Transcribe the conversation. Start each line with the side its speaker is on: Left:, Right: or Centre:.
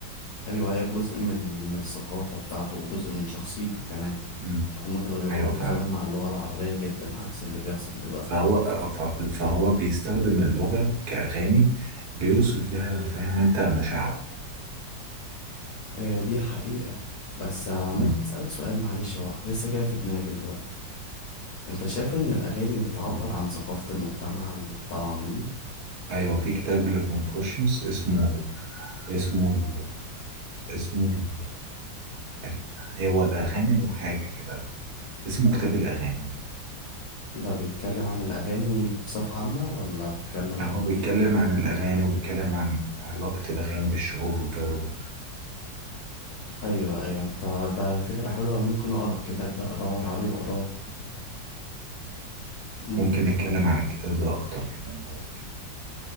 Left: ايوه هي جزء من ال- من الثقافة بتاعته وجزء من شخصيته كمان
Right: مم.
Left: هما كانوا بيغاروا
Right: ايوه فعلا
Left: زمان مع اللغة العربية جدا عكس اللي بيحصل دلوقتي
Right: فهو آه، ف- فهو بيستخدم اللغه كاغاني بيوصف فيها فاهم انت مشاعره
Left: هي دي حقيقة بس آه، ممكن
Right: مم.
Left: اسألك سؤال معلش هو لسه جاي في دماغي دلوقتي انت شايف ان الاغاني بتعبر
Right: اتفضل.
Left: عن ثقافة المجتمع اللي طالعة منه
Right: ايوه في كتاب لكونفوشيوس اسمه اسمه ال... اسمه ال... ال- هو الاغاني وحاجه كده اسمه كتاب الاغاني
Left: ده بيتكلم عن الاغاني بصفة عامة ولا بيتكلم عن
Right: هو بيتكلم
Left: ايه فيها
Right: عن الاغاني وبيتكلم عن علاقه الاغاني بالشعوب والجو ده
Left: ايوه ايوه انت ده فكرة حلوة ممكن اقرا الكتاب ده ادور عليه واقراه مم-
Right: ممكن نتكلم عن الكتاب ده اكتر كمان بعد كده